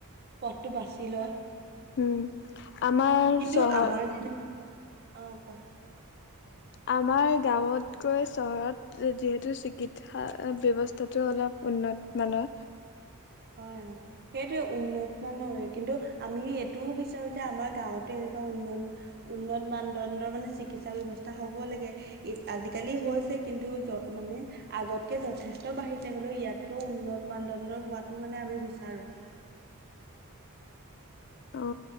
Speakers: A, on the right; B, on the left.
A: পথটো বাছি লয়।
B: উম আমাৰ
A: কিন্তু
B: চহৰ
A: আমাৰ যে অ', কোৱা
B: আমাৰ গাঁৱতকৈ চহৰত যিহেতু চিকিৎসা ব্যৱস্থাটো অলপ উন্নত মানৰ
A: হয়। অ', সেইটোৱে উন্নত মানৰে কিন্তু আমি এইটোও বিচাৰো যে আমাৰ গাঁৱতো এনেকুৱা উন্নত উন্নত মানদণ্ডৰ মানে চিকিৎসা ব্য্ৱস্থা হ'ব লাগে। ই আজিকালি হৈছে। কিন্তু মানে আগতকে যথেষ্ট বাঢ়িছে হলেও ইয়াতকও উন্নত মানদণ্ডৰ হোৱাটো মানে আমি বিচাৰো।
B: অ